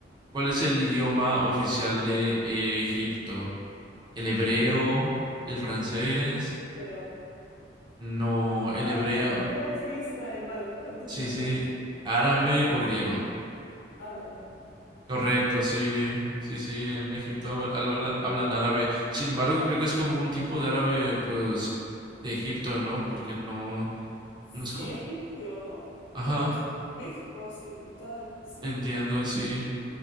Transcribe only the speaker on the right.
cuál es el idioma oficial de Egipto? ¿El hebreo? ¿El francés?
No, el
hebreo.
Sí, sí,
árabe o griego.
Correcto, sí, sí, sí, en Egipto hab- habla- hablan árabe. Sin embargo,
creo que es como un tipo de árabe, pues, de Egipto, ¿no? Porque no,
no es como...
Ajá,
entiendo, sí.